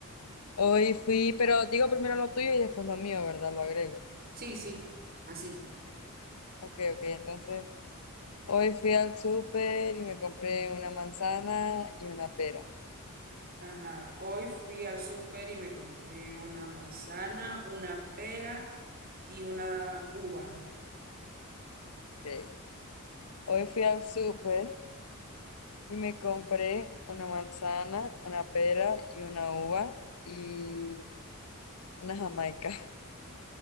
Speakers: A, on the left; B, on the right.
A: hoy fui, pero digo primero lo tuyo y después lo mío, ¿verdad? Lo agrego.
B: sí, sí, así.
A: Ok, ok, entonces, hoy fui al súper y me compré una manzana y una pera.
B: Ajá, hoy fui al súper y me compré una manzana, una pera y una uva.
A: Ok. Hoy fui al súper. Y me compré una manzana, una pera y una uva y una jamaica. <laughs>